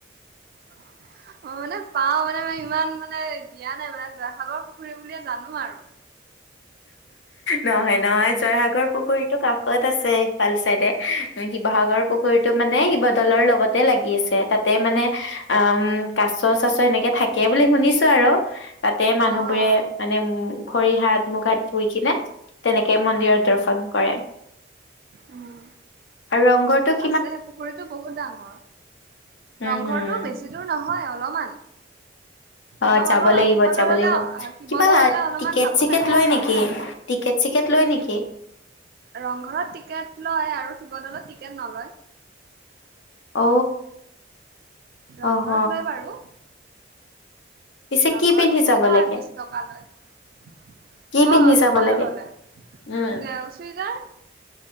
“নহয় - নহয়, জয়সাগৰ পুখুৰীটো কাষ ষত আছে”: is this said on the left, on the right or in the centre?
Left